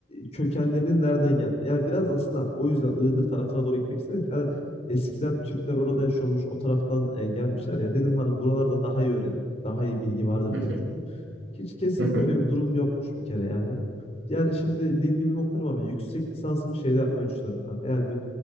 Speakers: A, on the left (about 35°); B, on the right (about 75°).
A: kökenlerinin nereden geldi? Yani biraz aslında o yüzden Iğdır tarafına doğru gitmek istedim ki hani eskiden Türkler orada yaşıyormuş, o taraftan e, gelmişler ya. Dedim hani buralarda daha iyi öğrenir, daha iyi bilgi vardır
B: hı
A: diye
B: hı,
A: düşündüm. Hiç kesinlikle
B: hı hı.
A: öyle bir durum yokmuş bir kere yani. Yani şimdi dil bilimi okurum ama yüksek lisansımı şeyde yapmayı düşünüyorum kanka. Yani bir